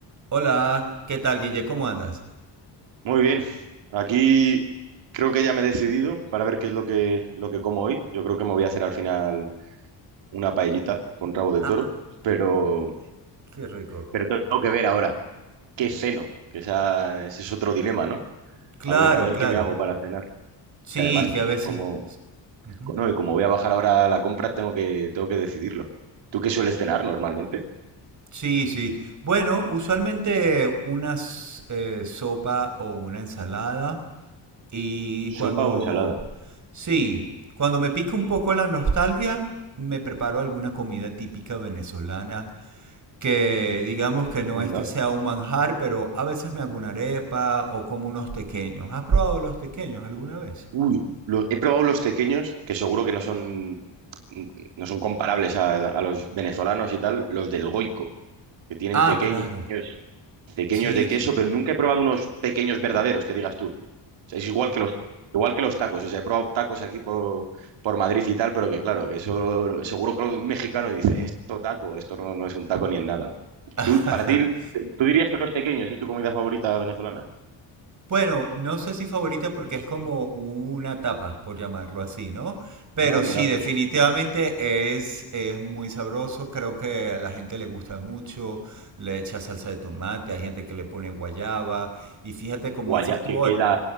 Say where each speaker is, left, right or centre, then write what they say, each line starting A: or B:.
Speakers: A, on the right; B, on the right.
A: Hola, ¿qué tal, Guille? ¿Cómo andas?
B: Muy bien, aquí creo que ya me he decidido para ver qué es lo que, lo que como hoy. Yo creo que me voy a hacer al final una paellita con rabo de
A: Ah,
B: toro, pero,
A: qué rico.
B: pero tengo que ver ahora qué ceno, que esa- ese es otro dilema, ¿no?
A: Claro,
B: A ver, a ver
A: claro.
B: qué me hago para cenar,
A: Sí,
B: que además,
A: que a veces...
B: como,
A: Ujú.
B: no, y como voy a bajar ahora a la compra, tengo que, tengo que decidirlo. ¿Tú qué sueles cenar normalmente?
A: Sí, sí. Bueno, usualmente una s- eh, sopa o una ensalada. Y cuando...
B: ¿Sopa o ensalada?
A: Sí, cuando me pica un poco la nostalgia, me preparo alguna comida típica venezolana. Que digamos que no
B: Anda.
A: es que sea un manjar, pero a veces me hago una arepa o como unos tequeños. ¿Has probado los tequeños alguna vez?
B: Uy, lo- he probado los tequeños, que seguro que no son, no son comparables a, a los venezolanos y tal, los del Goico, que tienen
A: Ah,
B: tequeños,
A: claro.
B: tequeños
A: Sí,
B: de queso,
A: sí.
B: pero nunca he probado unos tequeños verdaderos, que digas tú. O sea, es igual que los, igual que los tacos. O sea, he probado tacos aquí por, por Madrid y tal, pero que claro, que eso lo- seguro que lo de un mexicano y dice, esto taco, esto no, no es un taco ni en nada.
A: <laughs>
B: Tú, para ti, ¿tú dirías que los tequeños es tu comida favorita venezolana?
A: Bueno, no sé si favorita porque es como una tapa, por llamarlo así, ¿no? Pero
B: Anda.
A: sí, definitivamente es, es muy sabroso, creo que a la gente le gusta mucho, le echa salsa de tomate, hay gente que le pone guayaba, y fíjate como
B: Guaya,
A: dices tú,
B: que, que la,